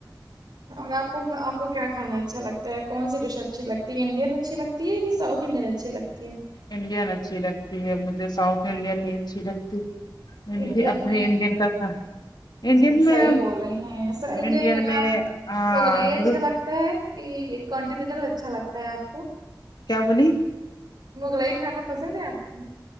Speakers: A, on the right; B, on the left.
A: اور آپ کو آپ کو کیا کھانا اچھا لگتا ہے کون سی ڈش اچھی لگتی ہے انڈین اچھی لگتی ہے تی ہے کہ ساؤت انڈین اچھی لگتی ہے
B: انڈین اچھی لگتی ہے مجھے ساؤتھ انڈین نہیں اچھی لگتی مڈ
A: انڈین
B: جی ابڈین
A: میں
B: کاکا انڈین
A: جی صحیح
B: میں
A: بول رہی ہیں سو
B: انڈین
A: نا
B: میں آ
A: مغلئی اچھا
B: لو
A: لگتا ہے کہ کانٹینینٹل اچھا لگتا ہے آپ کو
B: کیا بولی
A: مغلئی کھانا پسند ہے آپ کو